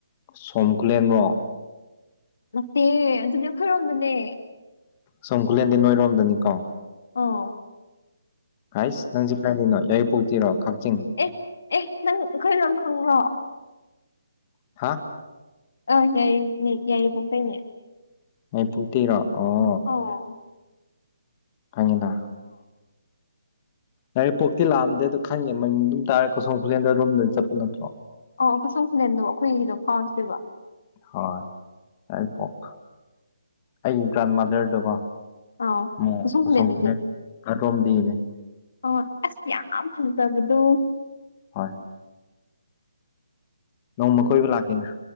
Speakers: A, on the left; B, on the left.
A: ꯁꯣꯝꯈꯨꯂꯦꯟ ꯔꯣ
B: ꯅꯠꯇꯦ ꯑꯗꯨꯗꯤ ꯑꯩꯈꯣꯢ ꯔꯣꯝꯗꯅꯦ
A: ꯁꯣꯝꯈꯨꯂꯦꯟꯗꯤ ꯅꯣꯏꯔꯣꯝꯗꯅꯤꯀꯣ
B: ꯑꯥꯎ
A: ꯍꯥꯁ ꯅꯪꯁꯦ ꯀꯔꯥꯏꯗꯒꯤꯅꯣ ꯌꯥꯏꯔꯤꯄꯣꯛ ꯇꯩꯔꯣ ꯀꯛꯆꯤꯡ
B: ꯑꯦ ꯑꯦ ꯅꯪ ꯑꯩꯈꯣꯏ ꯂꯣꯝ ꯈꯪꯕ꯭ꯔꯣ
A: ꯍꯥ
B: ꯑ ꯌꯥꯏꯔꯤ ꯌꯥꯏꯔꯤꯄꯣꯛꯇꯩꯩꯅꯦ
A: ꯑꯩꯄꯨ <inaudible> ꯇꯦꯔꯣ ꯑꯣ
B: ꯑꯥꯎ
A: ꯈꯪꯢꯅ ꯌꯥꯏꯔꯤꯛꯄꯣꯛꯇꯤ ꯂꯥꯛꯑꯝꯗꯦꯗꯣ ꯈꯪꯉꯦ ꯃꯃꯤꯡ ꯑꯗꯨꯝ ꯇꯥꯔꯦ ꯀꯁꯣꯝ ꯈꯨꯂꯦꯟꯗ ꯅꯣꯢꯔꯣꯝꯗꯩ ꯆꯠꯄ ꯅꯠꯇ꯭ꯔꯣ
B: ꯑꯣ ꯀꯁꯣꯝ ꯈꯨꯂꯦꯟꯗꯣ ꯑꯈꯣꯏꯒꯤꯗꯣ ꯐꯥꯎꯔ ꯆꯠꯇꯨꯢꯕ
A: ꯍꯣꯏ ꯌꯥꯏꯔꯤꯄꯣꯛ ꯑꯩꯒꯤ ꯒ꯭ꯔꯥꯟ ꯃꯥꯗꯔꯗꯀꯣ ꯑꯣ
B: ꯑꯥ
A: ꯀꯁꯣꯝ
B: ꯈꯨꯂꯦꯟꯗꯒꯤ
A: ꯈꯨꯂꯦꯟ ꯑꯗꯣꯝꯗꯒꯤꯅꯤ
B: ꯑꯣ ꯑꯁ ꯌꯥꯝ ꯐꯖꯕꯗꯣ
A: ꯍꯣꯏ ꯅꯣꯡꯃ ꯀꯣꯏꯕ ꯂꯥꯛꯀꯦꯅꯦ